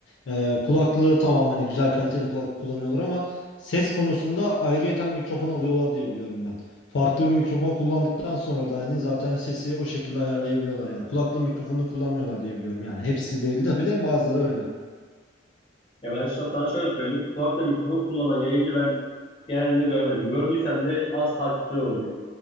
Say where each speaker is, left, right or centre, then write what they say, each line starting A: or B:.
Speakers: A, on the left; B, on the left.
A: Ee, kulaklığı tamam hani güzel kaliteli kulak kullanıyorlar ama ses konusunda ayrıyeten mikrofon alıyorlar diye biliyorum ben. Farklı bir mikrofon kullandıktan sonra da hani zaten sesi o şekilde ayarlayabiliyorlar yani. Kulaklığı mikrofonunu kullanmıyorlar diye biliyorum yani. Hepsi değil tabii de bazıları öyle.
B: Ya ben şu- sana şöyle söyleyeyim. Kulakla mikrofon kullanan yayıncı ben genelde görmedim. Gördüysem de az takipçi oluyor.